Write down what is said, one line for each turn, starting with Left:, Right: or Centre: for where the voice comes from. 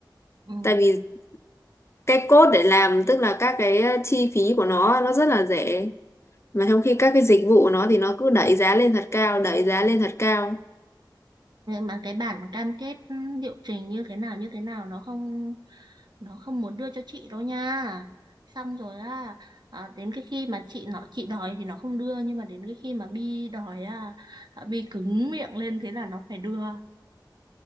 Right: ừ.
Left: tại vì cái cốt để làm tức là các cái ờ, chi phí của nó nó rất là rẻ mà trong khi các cái dịch vụ của nó thì nó cứ đẩy giá lên thật cao đẩy giá lên thật cao
Right: mà cái bản cam kết ừ, liệu trình như thế nào như thế nào nó không nó không muốn đưa cho chị đâu nha xong rồi á à, đến cái khi mà chị nó chị đòi thì nó không đưa nhưng mà đến cái khi mà Bi đòi á à, Bi cứng miệng lên thế là nó phải đưa